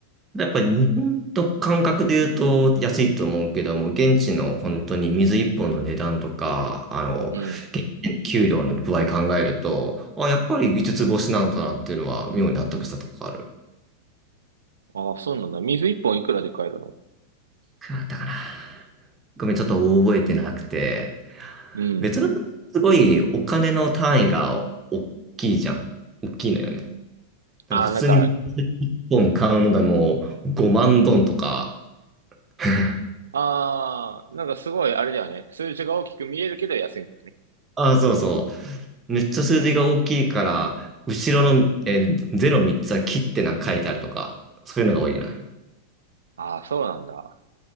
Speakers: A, on the right; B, on the right.
A: やっぱり日本と感覚で言うと安いと思うけども、現地の本当に水一本の値段とか、あの、
B: うん。
A: 現地の給料の具合考えると、あ、やっぱり五つ星なんだなっていうのは妙に納得したとこがある。い
B: あそうなんだ。水一本いくらで買えるの
A: くらだったかな。ごめん、ちょっと覚えてなくて、
B: うん。
A: 別のすごいお金の単位が大きいじゃん。大きいのよね。なんか普通に一
B: あなんか、
A: 本買うのでも5万ドンとか、<laughs>
B: ああ、なんかすごいあれだよね。数字が大きく見えるけど安いんだよね。
A: あ、そうそう。めっちゃ数字が大きいから、後ろの、えー、03つは切ってなんか書いてあるとか、そういうのが多いな。
B: ああ、そうなんだ。